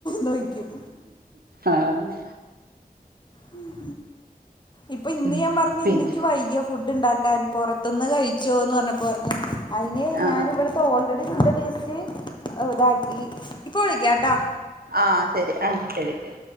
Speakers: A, on the left (about 30°); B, on the right (about 80°).
A: ചോ യിക്കും
B: ആഹ്
A: ഉം ഇപ്പൊ ഇന്ന്
B: ഉം
A: ഞാൻ പറഞ്ഞു
B: പിന്നെ
A: ഇന്നക്ക് വയ്യ ഫുഡ് ഉണ്ടാക്കാൻ പുറത്തുന്ന് കഴിച്ചോന്ന് പറഞ്ഞപ്പോ പറഞ്ഞത് അതിന്
B: ആഹ്
A: ഞാനിവിടെ ഇപ്പൊ ഓൾറെഡി നന്റെ ടേസ്റ്റ് ഇതാക്കി ഇപ്പൊ വിളിക്കട്ടോ
B: ആഹ് ശരി ആഹ് ശരി